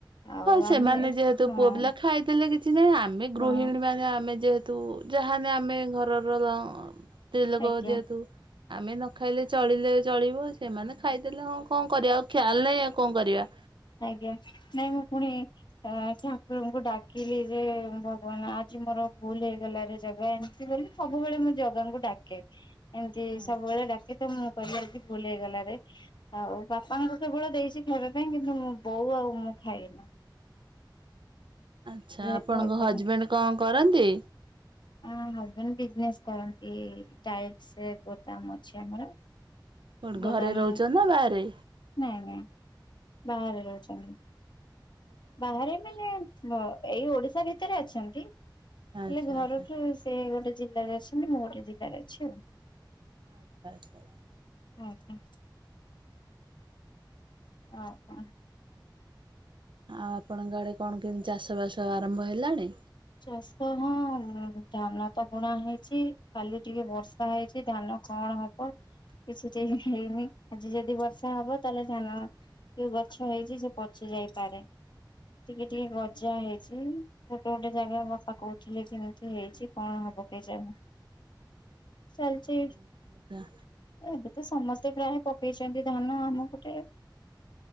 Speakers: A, on the left; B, on the right.
A: ଆଉ
B: ହଁ ସେମାନେ
A: ଆମେ
B: ଯେହେତୁ
A: ହଁ
B: ପୁଅ ପିଲା ଖାଇଦେଲେ କିଛି ନାହିଁ ଆମେ ଗୃହିଣୀ
A: ହଁ
B: ମାନେ ଆମେ ଯେହେତୁ ଯାହାନେ ଆମେ ଘରର ଲ ସ୍ତ୍ରୀ ଲୋକ
A: ଆଜ୍ଞା
B: ଯେହେତୁ। ଆମେ ନ ଖାଇଲେ ଚଳିଲେ ଚଳିବ ସେମାନେ ଖାଇଦେଲେ ହଁ କଣ କରିବା ଆଉ ଖିଆଲ ନାହିଁ ଆଉ କଣ କରିବା।
A: ଆଜ୍ଞା ନାଇଁ ମୁଁ ପୁଣି ଠାକୁରଙ୍କୁ ଡାକିଲି ଯେ ଭଗବାନ ଆଜି ଯି ମୋର ଭୁଲ ହେଇଗଲା ରେ ଜଗା ଏମିତି ବୋଲି ସବୁବେଳେ ମୁଁ ଜଗାଙ୍କୁ ଡାକେ। ଏମିତି
B: ଆଚ୍ଛା
A: ସବୁବେଳେ ଡାକି ତ ମୁଁ କହିଲି ଅମିତ୍ ଭୁଲ ହେଇଗଲାରେ ଆଉ ବାପାଙ୍କୁ କେବଳ ଦେଇଛି ଖାଇବା ପାଇଁ କି ନ୍ତୁ ମୋ ବୋଉ ଆଉ ମୁଁ ଖାଇନୁ।
B: ଆଚ୍ଛା
A: ଯେହେତୁ
B: ଆପଣଙ୍କ
A: ଅଳ୍ପ
B: ହଜବେଣ୍ଡ କଣ କରନ୍ତି?
A: ଆଁ ହଜବେଣ୍ଡ ବିଜନେସ୍ କରନ୍ତି ଟାଇଲସ ଗୋ ଦାମ ଅଛି ଆମର।
B: କୋଉଠି
A: ଗୋଦାମ
B: ଘରେ ରହୁଛନ୍ତି ନା ବାହାରେ?
A: ନାଇଁ ନାଇଁ ବାହାରେ ରହୁଛନ୍ତି। ବାହାରେ ମାନେ ଏଇ ଓଡିଶା ଭିତରେ ଅଛନ୍ତି। ହେଲେ
B: ଆଚ୍ଛା
A: ଘରଠୁ
B: ଆଚ୍ଛା
A: ସେ ଗୋଟେ ଜିଲ୍ଲାରେ ଅଛନ୍ତି ମୁଁ ଗୋଟେ ଜିଲ୍ଲାରେ ଅଛି ଆଉ।
B: ଆଚ୍ଛା ଆଚ୍ଛା।
A: ଆଜ୍ଞା। ଓ ହୋ।
B: ଆଉ ଆପଣଙ୍କ ଆଡେ କଣ କେମିତି ଚାଷ ବାସ ଆରମ୍ଭ ହେଲାଣି?
A: ଚାଷ ହଁ ଧାନ ତ ବୁଣା ହେଇଚି କାଲି ଟିକେ ବର୍ଷା ହେଇଚି ଧାନ କଣ ହବ? କିଛି ତ ହେଇନି ଆଜି ଯଦି ବର୍ଷା ହବ ତାହେଲେ ଧାନ ଯୋଉ ଗଛ ହେଇଚି ସେ ପଚି ଯାଇପାରେ ଟିକେ ଟିକେ ଗଜା ହେଇଚି ଗୋଟେ ଗୋଟେ ଜାଗା ବାପା କହୁଥିଲେ ଏମିତି ହେଇଚି କଣ ହବ କେଜାଣି? ଚାଲିଛି
B: ଆଚ୍ଛା ଆଚ୍ଛା।
A: ଏବେ ତ ସମସ୍ତେ ପ୍ରାୟ ପକେଇଚନ୍ତି ଧାନ ଆମ ପଟେ।